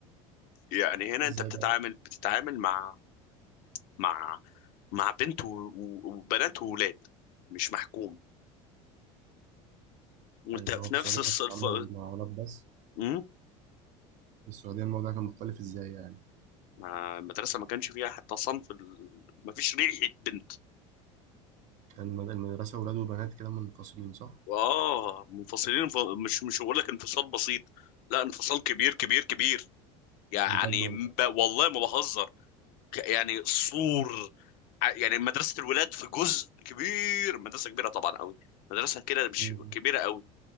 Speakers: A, on the left (about 65°); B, on the right (about 50°).
A: يعني هنا
B: ازاي
A: انت بتتعامل
B: بقى
A: بتتعامل مع مع مع بنت و- و- وبنات وولاد مش محكوم وانت
B: ايوه
A: في
B: هو في
A: نفس
B: السعودية
A: الصف
B: كنت بتتعامل مع ولاد بس
A: امم
B: في السعودية الموضوع كان مختلف ازاي يعني
A: ما المدرسه ما كانش فيها حتى صنف ال... ما فيش ريحه بنت
B: الم- المدرسة ولاد وبنات كده منفصلين صح؟
A: واه منفصلين ف... مش مش هقول لك انفصال بسيط لا انفصال كبير كبير كبير يعني
B: بجد والله
A: ب... والله ما بهزر ك- يعني سور ع- يعني مدرسة الولاد في جزء كبير مدرسة كبيرة طبعا قوي مدرسة كده مش
B: مم.
A: كبيرة قوي